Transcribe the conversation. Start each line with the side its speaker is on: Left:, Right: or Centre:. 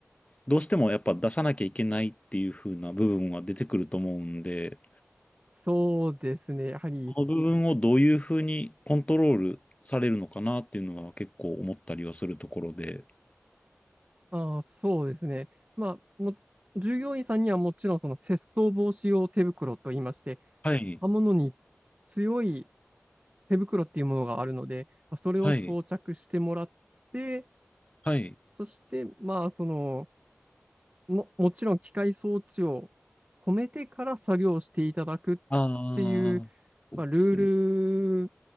Left: どうしてもやっぱ出さなきゃいけないっていう風な部分は出てくると思うんで、
Right: そうですね。やはり
Left: この部分をどういう風にコントロールされるのかなっていうのは結構思ったりはするところで。
Right: ああ、そうですね。まあ、も、従業員さんにはもちろんその窃盗防止用手袋と言いまして、
Left: はい、
Right: 刃物に強い手袋っていうものがあるので、まあ、それを装着してもらって、
Left: はい、はい。
Right: そして、まあ、その、も、もちろん機械装置を止めてから作業していただくっ
Left: ああ、
Right: ていう、
Left: そうですね。
Right: まあ、ルール